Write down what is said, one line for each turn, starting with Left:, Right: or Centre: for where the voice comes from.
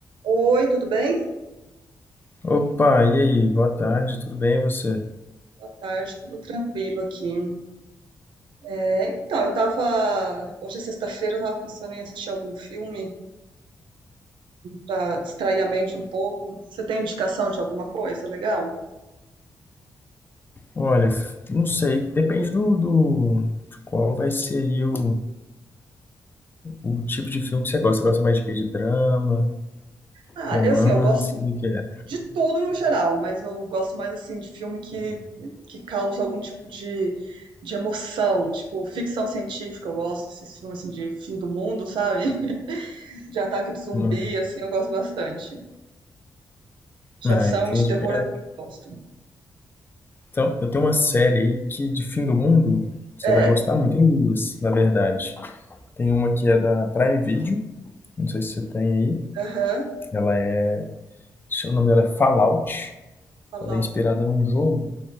Right: Oi, tudo bem?
Left: Opa, e aí? Boa tarde, tudo bem e você?
Right: Boa tarde, tudo tranquilo aqui. É, então, eu tava. Hoje é sexta-feira, eu tava pensando em assistir algum filme pra distrair a mente um pouco. Você tem indicação de alguma coisa legal?
Left: Olha, f- não sei, depende do, do- de qual vai ser aí o, o tipo de filme que você gosta. Você gosta mais de quê? De drama,
Right: Ah,
Left: romance,
Right: eu assim, eu gosto
Left: o que é?
Right: de tudo no geral, mas eu gosto mais assim de filme que, que causa algum tipo de, de emoção, tipo ficção científica, eu gosto desses filmes assim de fim do mundo, sabe? <laughs> De ataque de zumbi,
Left: Hum.
Right: assim, eu gosto bastante. De
Left: Ah,
Right: ação
Left: entendi.
Right: e de terror
Left: É,
Right: eu também gosto.
Left: então, eu tenho uma série aí que de fim do mundo você
Right: É,
Left: vai gostar muito. Tem duas, na verdade. Tem uma que é da Prime Video, não sei se você tem aí.
Right: aham.
Left: Ela é, o nome dela é Fallout.
Right: Falar
Left: Ela é inspirada num jogo